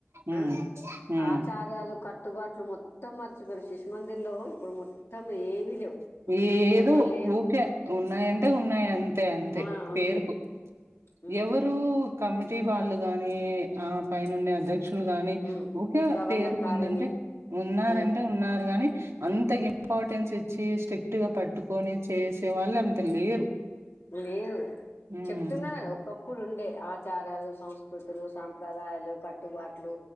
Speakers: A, on the right; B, on the left.
A: ఉమ్
B: ఆ
A: ఉమ్
B: ఆచారాలు కట్టుబాట్లు ఇప్పుడు మొత్తం మర్చిపోయారు శిశుమందిర్ లో ఇప్పుడు మొత్తం ఏవీ లేవు
A: ఏదో
B: ముందు లేకు
A: ఊరికే ఉన్నాయంటే ఉన్నాయి అంతే అంతే
B: ఆ అంతే
A: పేరుకు
B: ఉమ్
A: ఎవరు కమిటీ వాళ్ళు గాని ఆ పైనుండే అధ్యక్షుడు గాని
B: ఉమ్
A: ఒకే
B: ప్రబంధకారిణి
A: పేరుకుందంటే ఉన్నారంటే
B: ఉమ్
A: ఉన్నారు గాని అంత ఇంపార్టెన్స్ ఇచ్చి స్ట్రిక్ట్ గా పట్టుకొని చేసే వాళ్ళు లేరు
B: లేదు
A: హ్మ్
B: చెప్తున్నా కదా ఒకప్పుడు ఉండే ఆచారాలు సంస్కృతులు సాంప్రదాయాలు కట్టుబాట్లు